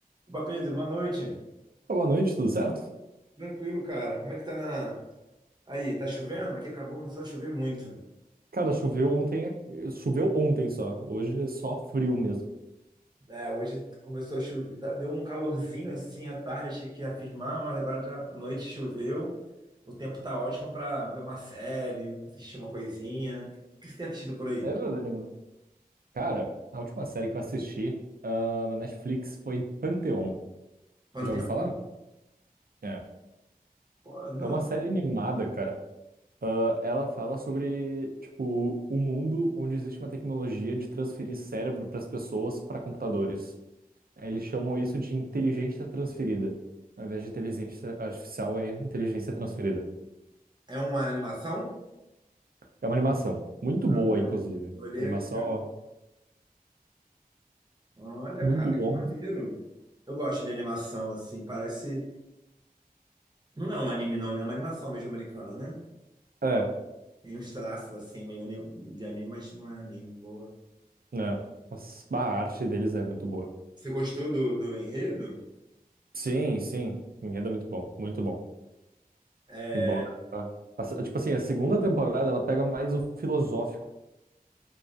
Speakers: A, on the right (about 25°); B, on the right (about 75°).
A: Opa, Pedro, boa noite.
B: Boa noite, tudo certo?
A: Tranquilo, cara. Como é que tá na. Aí, tá chovendo? Aqui acabou, começou a chover muito.
B: Cara, choveu ontem, é- choveu ontem só. Hoje é só frio mesmo.
A: É, hoje começou a chover. tá- Deu um calorzinho assim à tarde, achei que ia firmar, mas agora já à noite choveu. O tempo tá ótimo pra ver uma série, assistir uma coisinha. O que você tem assistido por aí?
B: É verdade, mano. Cara, a última série que eu assisti, ah, na Netflix foi Pantheon.
A: Panteão?
B: Já ouviu falar? É.
A: Pô, não.
B: É uma série animada, cara. Ah, ela fala sobre, tipo, o mundo onde existe uma tecnologia de transferir cérebro para as pessoas para computadores. Eles chamam isso de inteligência transferida. Ao invés de inteligência artificial, é inteligência transferida.
A: É uma animação?
B: É uma animação. Muito
A: Agora,
B: boa, inclusive.
A: olhei
B: Animação
A: aqui. agora. Olha,
B: muito
A: cara,
B: bom.
A: que maneiro. Eu gosto de animação, assim, parece. Não é um anime, não, né? É uma animação mesmo americana, né?
B: É,
A: Tem uns traços assim, meio ani- de anime, mas não é anime, boa.
B: né? Mas a arte deles é muito boa.
A: Você gostou do, do enredo?
B: Sim, sim. Enredo é muito bom. Muito bom.
A: É.
B: Embora. a- a- se- tipo assim, a segunda temporada ela pega mais o filosófico